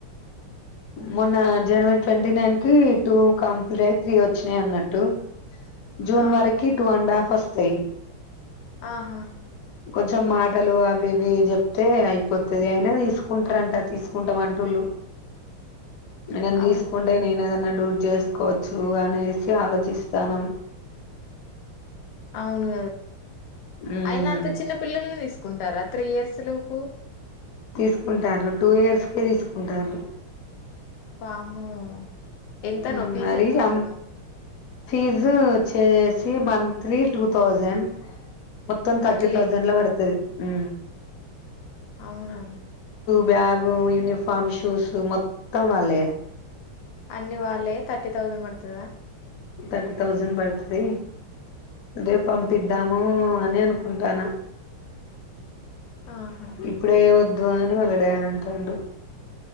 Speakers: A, on the left (about 65°); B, on the left (about 85°).
A: మొన్న జనవరి ట్వంటీ నైన్ కి టూ కంప్లీట్ అయి త్రీ వచ్చినాయి అన్నట్టు జూన్
B: ఆ
A: వరకి టూ అండ్ హాఫ్ ఫట్ స
B: ఆహా
A: కొంచెం మాటలు అవి ఇవి చెప్తే అయిపోతుది అయినా తీసుకుంటారంట తీసుకుంటాం వంటూళ్ళు నేనని
B: అవునా
A: తీసుకుంటే నేను ఏదన్న టూర్ చేసుకోవచ్చు అనేసి ఆలోచిస్తానుం
B: అవును
A: మ్మ్
B: అయన అంత చిన్న పిల్లల్ని తీసుకుంటారా త్రీ ఇయర్స్ లోపు
A: తీసుకుంటారు టూ ఇయర్స్ కే తీసుకుంటారు
B: పాము ఎంతనో
A: ఉమ్
B: పిజ
A: మరి
B: ఎంత ఉంటందో
A: అం ఫీజు వచ్చేసి మంత్లీ టూ థౌజండ్ మొత్తం
B: మంత్లీ
A: థర్టీ థౌజండ్ లో పడుతది ఆ
B: అవునా
A: బ్యాగు యూనిఫార్మ్ షూస్ మొత్తం వాలే
B: అన్ని వాళ్ళే థర్టీ థౌజండ్ మతుద
A: థర్టీ థౌజండ్ పడుతుది అదే పంపిద్దాము అని అనుకుంటాను
B: ఆహా
A: ఇప్పుడే వొద్ <inaudible> వెలడయాడంటడు